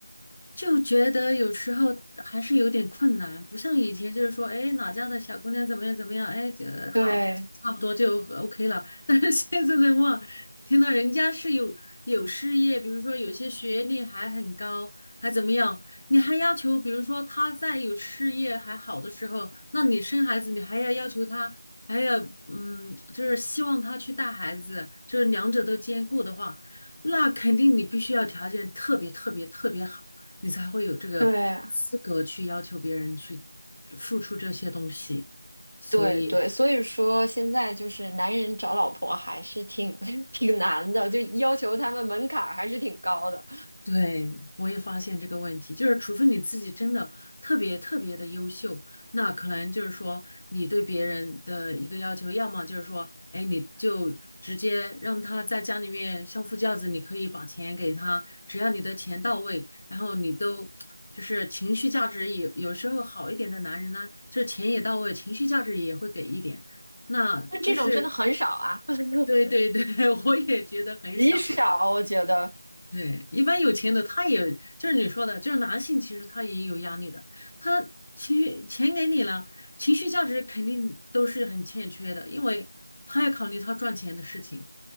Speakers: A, on the left (about 30°); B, on the right (about 75°).
A: 就觉得有时候还是有点困难，不像以前就是说，哎，哪家的小姑娘怎么样怎么样，哎，就好，
B: 对
A: 差不多就呃 OK 了。<laughs> 但是现在的话，听到人家是有有事业，比如说有些学历还很高，还怎么样，你还要求，比如说他在有事业还好的时候，那你生孩子，你还要要求他还要嗯，就是希望他去带孩子，就是两者都兼顾的话，那肯定你必须要条件特别特别特别好。你才会有这个资格去要求别人去呃付出这些东西。
B: 对啊
A: 所以，
B: 对对，所以说现在就是男人找老婆还是挺 <laughs> 挺难的，就要求他们门槛儿还是挺高的。
A: 对，我也发现这个问题，就是除非你自己真的特别特别的优秀，那可能就是说你对别人的一个要求，要么就是说，哎，你就直接让他在家里面相夫教子，你可以把钱给他，只要你的钱到位，然后你都就是情绪价值也有时候好一点的男人呢，就是钱也到位，情绪价值也会给一点，那就是
B: 但这种真的很少啊。<laughs>
A: 对对对，<laughs> 我也觉得很少。
B: 极少，我觉得。
A: 对，一般有钱的他也就是你说的，就是男性，其实他也有压力的。他情绪钱给你了，情绪价值肯定都是很欠缺的，因为他要考虑他赚钱的事情，